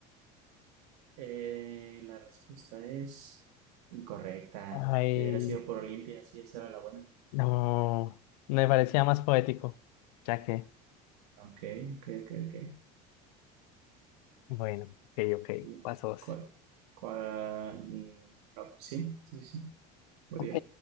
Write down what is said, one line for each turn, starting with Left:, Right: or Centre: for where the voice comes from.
Right: eh, la respuesta es incorrecta.
Left: Ay,
Right: Te hubiera sido por Olimpia, sí, esa era la buena.
Left: no. Me parecía más poético. Ya que,
Right: Ok, ok, ok, ok.
Left: bueno, ok, ok,
Right: Y
Left: pasos.
Right: cuál, cuál, no, sí, sí, sí, sí. voy
Left: Ok.
Right: yo.